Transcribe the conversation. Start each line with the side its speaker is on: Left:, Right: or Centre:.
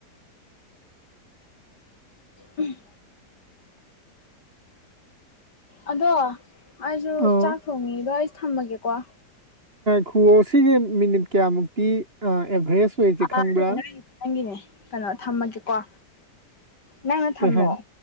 Left: ꯎꯝ ꯑꯗꯣ ꯑꯩꯁꯨ
Right: ꯑꯥ
Left: ꯆꯥꯛ ꯊꯣꯡꯉꯤꯗꯣ ꯑꯩ ꯊꯝꯃꯒꯦꯀꯣ
Right: ꯈꯨꯔꯣ ꯁꯤꯁꯦ ꯃꯤꯅꯤꯠ ꯀꯌꯥꯃꯨꯛꯇꯤ ꯑꯦꯚꯔꯦꯖ
Left: ꯑꯥ
Right: ꯑꯣꯏꯁꯦ ꯈꯪꯕ꯭ꯔꯥ
Left: ꯅꯪꯒꯤꯅꯦ ꯀꯩꯅꯣ ꯊꯝꯃꯒꯦꯀꯣ ꯅꯪꯅ
Right: ꯀꯩ
Left: ꯊꯝꯃꯣ
Right: ꯍꯥꯏꯅꯤ